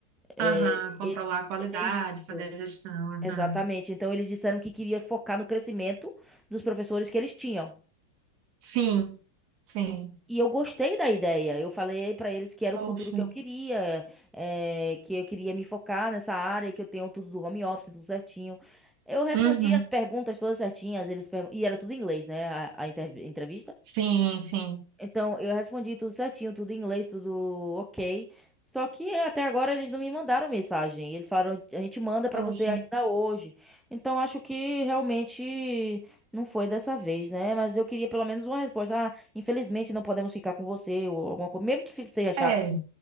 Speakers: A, in the centre; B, on the right (about 40°).
A: É,
B: aham, controlar
A: é,
B: a qualidade,
A: é isso.
B: fazer a gestão, aham.
A: Exatamente. Então eles disseram que queria focar no crescimento dos professores que eles tinham.
B: Sim, sim.
A: E eu gostei da ideia. Eu falei pra eles que era
B: Poxa.
A: o futuro que eu queria, é, que eu queria me focar nessa área, que eu tenho tudo do home office, tudo certinho. Eu respondi
B: Uhum.
A: as perguntas todas certinhas, eles pergun- e era tudo em inglês, né? A, a inter- entrevista.
B: Sim, sim.
A: Então, eu respondi tudo certinho, tudo em inglês, tudo ok. Só que até agora eles não me mandaram mensagem. Eles falaram, a gente manda pra
B: Poxa.
A: você ainda hoje. Então, acho que realmente não foi dessa vez, né? Mas eu queria pelo menos uma resposta. Ah, infelizmente não podemos ficar com você ou alguma coisa, mesmo que fi- seja chato.
B: É,